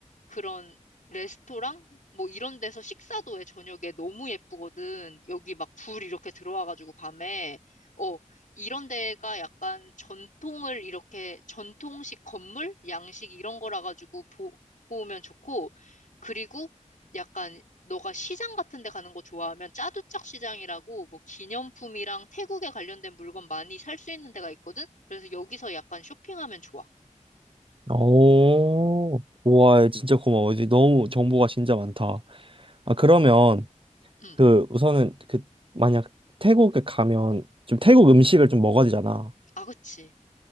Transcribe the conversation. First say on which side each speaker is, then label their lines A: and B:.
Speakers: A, on the left (about 85°); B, on the right (about 45°).
A: 그런 레스토랑? 뭐 이런 데서 식사도 해, 저녁에. 너무 예쁘거든. 여기 막 불 이렇게 들어와가지고 밤에. 어, 이런 데가 약간 전통을 이렇게, 전통식 건물? 양식 이런 거라 가지고 보고 오면 좋고, 그리고 약간 너가 시장 같은 데 가는 거 좋아하면 짜두짝 시장이라고 뭐 기념품이랑 태국에 관련된 물건 많이 살 수 있는 데가 있거든? 그래서 여기서 약간 쇼핑하면 좋아.
B: 오, 우와, 진짜 고마워. 이제 너무 정보가 진짜 많다. 아, 그러면
A: 음.
B: 그 우선은 그 만약 태국에 가면 좀 태국 음식을 좀 먹어야 되잖아.
A: 아, 그치.